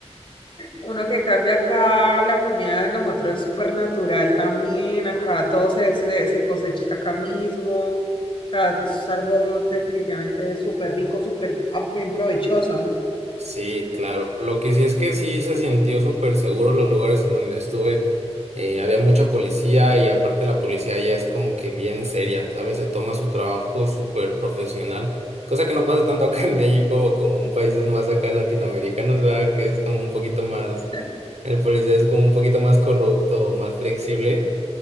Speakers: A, on the left; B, on the right.
A: Uno que cambia acá la comida de nosotros es súper natural también, acá todo se, se, se cosecha acá mismo, o sea, es algo definitivamente súper rico, súper ah, bien provechoso.
B: Sí, claro. Lo que sí es que sí se sintió súper seguro los lugares en donde estuve. Eh, había mucha policía y aparte la policía ya es como que bien seria, ¿sabes? Se toma su trabajo súper profesional, cosa que no pasa tanto acá en México o como en países más acá latinoamericanos, ¿verdad? Que es como un poquito más,
A: <laughs>
B: el policía es como un poquito más corrupto, más flexible.